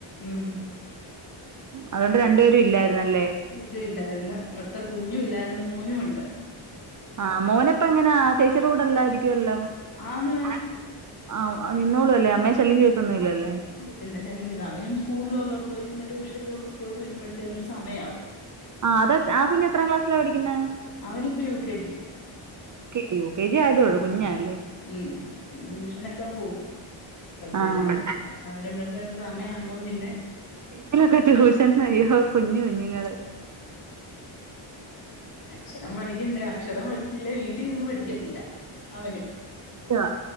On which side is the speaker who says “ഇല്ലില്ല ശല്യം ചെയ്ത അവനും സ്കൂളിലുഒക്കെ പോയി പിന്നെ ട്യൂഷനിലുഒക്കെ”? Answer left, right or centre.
Left